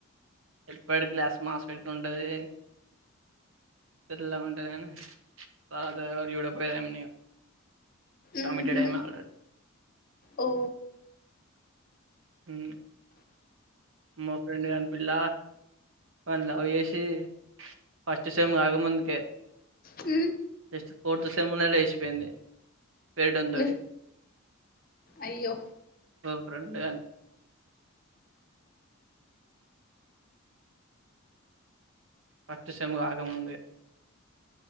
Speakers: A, on the right; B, on the left.
A: ఎప్పుడు క్లాస్ మాస్క్ పెట్టుకుంటది తెల్లగుంటది గాని పాపం ఎవరు చూడకపోయేరు ఆమెని టమమిటడైమ
B: ఊహు
A: ఆడ
B: ఓ
A: ఈ మా ఫ్రెండ్ కాని పిల్ల వాళ లవ్ చేసి ఫస్ట్ సెమ్ ఆగ ముందుకే
B: హ
A: జస్ట్ ఫోర్త్ సెమ్న్ లో లేచిపోయింది పెరడొందోడి
B: మీ అయ్యో
A: ఫ్రెండ్గా పట్టి సేమ్ కాకముంది